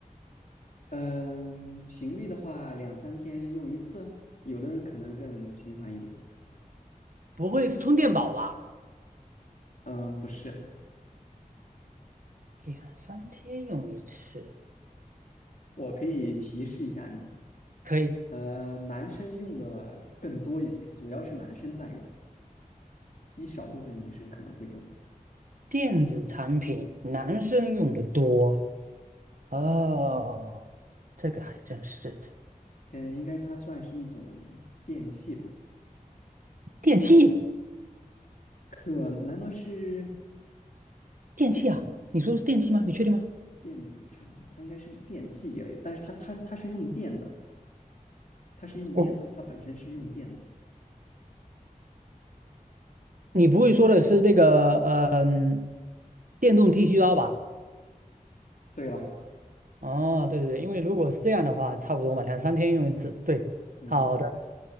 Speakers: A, on the left; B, on the right.
A: 嗯，频率的话，两三天用一次，有的人可能更频繁一点。
B: 不会是充电宝吧？
A: 嗯，不是，
B: 两三天用一次，
A: 我可以提示一下你。
B: 可以，
A: 呃，男生用的更多一些，主要是男生在用，一小部分女生可能会用。
B: 电子产品男生用的多，哦，这个还真是的。
A: 嗯、呃应该它算是一种电器吧？
B: 电器，
A: 可难道是
B: 电器啊，你说的是电器吗？你确定吗？
A: 电子产品？它应该是电器一类，但是它它它是用电的，它是用电的，
B: 我，
A: 它本身是用电的。
B: 你不会说的是那个，嗯、电动剃须刀吧？
A: 对了，
B: 哦，对对对，因为如果是这样的话，差不多嘛，两三天用一次。对，
A: 嗯，
B: 好的，